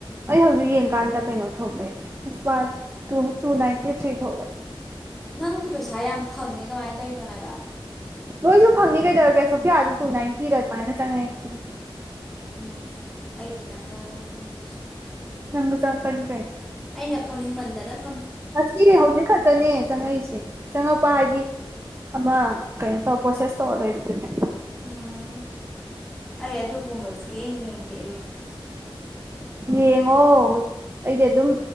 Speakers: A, on the right; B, in the centre.
A: ꯑꯩ ꯍꯧꯖꯤꯛ ꯌꯦꯡꯀꯥꯟꯗ ꯀꯩꯅꯣ ꯊꯣꯛꯂꯛꯑꯦ ꯅꯨꯄꯥ ꯇꯨ ꯅꯥꯏꯟꯇꯤ ꯊ꯭ꯔꯤ ꯊꯣꯛꯂꯛꯑꯦ
B: ꯅꯪꯗꯤ ꯄꯩꯁꯥ ꯌꯥꯝ ꯐꯪꯉꯦ ꯀꯃꯥꯏꯅ ꯇꯧꯔꯤꯅꯣ ꯍꯥꯏꯕ
A: ꯅꯣꯏꯁꯨ ꯐꯪꯅꯤ ꯀꯩꯗꯧꯔꯒꯦ ꯁꯣꯐꯤꯌꯥꯁꯨ ꯇꯨ ꯅꯥꯏꯟꯇꯤꯔ ꯑꯗꯨꯃꯥꯏꯅ ꯆꯪꯉꯦ ꯎꯝ
B: ꯏꯃꯥ ꯑꯩ ꯈꯤꯇꯪ ꯂꯥꯕ ꯐꯪꯗ꯭ꯔꯤꯁꯦ
A: ꯅꯪꯗꯨ ꯆꯪꯉꯛꯀꯅꯤ ꯀꯩꯟ
B: ꯑꯩꯅ ꯐꯪꯅꯤꯡ ꯃꯟꯗꯅ
A: ꯉꯁꯤ ꯍꯧꯖꯤꯛ ꯈꯛꯇꯅꯦ ꯆꯪꯉꯛꯏꯁꯦ ꯆꯪꯉꯛꯄ ꯍꯥꯏꯗꯤ ꯑꯃ ꯀꯩꯅꯣ ꯇꯧꯔ ꯄ꯭ꯔꯣꯁꯦꯁ ꯇꯧꯔ ꯂꯩꯕꯗꯨꯅꯦ
B: ꯎꯝ ꯑꯩ ꯑꯗꯨꯒꯨꯝꯕ ꯁꯨꯌꯦꯡ ꯌꯦꯡꯗꯦ ꯑꯩꯁꯦ
A: ꯌꯦꯡꯉꯣ ꯑꯩꯗꯤ ꯑꯗꯨꯝ